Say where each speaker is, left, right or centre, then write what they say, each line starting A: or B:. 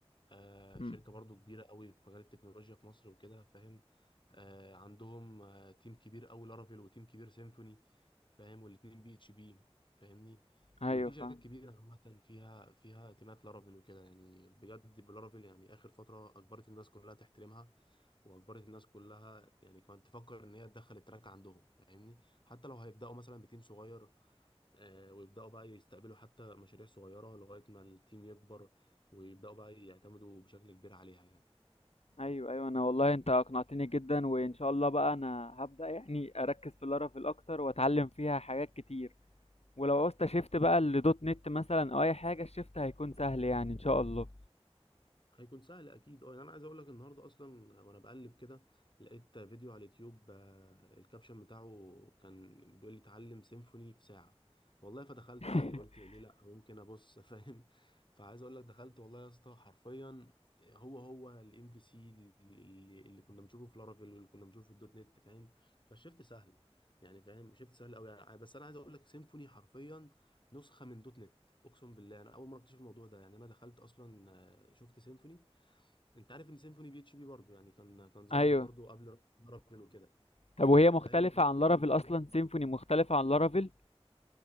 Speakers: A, on the left; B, on the left.
A: آه
B: مم.
A: شركه برضو كبيره قوي في مجال التكنولوجيا في مصر وكده فاهم آه عندهم آه تيم كبير قوي لارافيل وتيم كبير سيمفوني فاهم والاتنين بي اتش بي فاهمني
B: ايوه
A: وفي
B: فاهم
A: شركات كبيرة عامة فيها فيها تيمات لارافيل وكده يعني بجد بلارافيل يعني آخر فترة أجبرت الناس كلها تحترمها وأجبرت الناس كلها يعني كمان تفكر إن هي تدخل التراك عندهم فاهمني حتى لو هيبدأوا مثلا بتيم صغير آه ويبدأوا بقى يستقبلوا حتى مشاريع صغيرة لغاية ما التيم يكبر ويبدأوا بقى يعتمدوا بشكل كبير عليها يعني
B: ايوه ايوه انا والله انت اقنعتني جدا وان شاء الله بقى انا هبدأ يعني اركز في لارافيل اكتر واتعلم فيها حاجات كتير ولو عوزت شيفت بقى لدوت نت مثلا او اي حاجه الشيفت هيكون سهل يعني ان شاء الله
A: هيكون سهل اكيد اه يعني انا عايز اقول لك النهارده اصلا وانا بقلب كده لقيت فيديو على اليوتيوب آه، الكابشن بتاعه كان بيقول لي اتعلم سيمفوني في ساعه والله فدخلت
B: <laughs>
A: عادي قلت ليه لا ممكن ابص <laughs> فاهم فعايز اقول لك دخلت والله يا اسطى حرفيا هو هو الام في سي اللي اللي كنا بنشوفه في لارافيل واللي كنا بنشوفه في الدوت نت فاهم فالشفت سهل يعني فاهم شفت سهل قوي يعني بس انا عايز اقول لك سيمفوني حرفيا نسخه من دوت نت اقسم بالله انا اول مره اكتشف الموضوع ده يعني انا دخلت اصلا آه، شفت سيمفوني انت عارف ان سيمفوني بي اتش بي برضه يعني كان كان ظاهر
B: ايوه
A: برضه قبل رافل وكده
B: طب وهي
A: آه،
B: مختلفه
A: فاهم نص
B: عن لارافيل
A: اللوجو.
B: اصلا سيمفوني مختلفه عن لارافيل